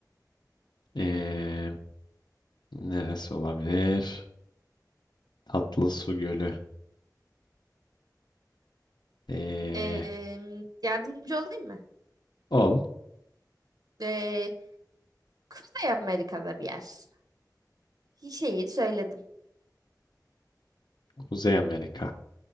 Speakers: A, on the left (about 80°); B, on the right (about 60°).
A: Ee, neresi olabilir? Tatlı Su Gölü. Ee,
B: Eee, yardımcı olayım mı?
A: ol.
B: Eee, Kuzey Amerika'da bir yer. Şehir söyledim.
A: Kuzey Amerika.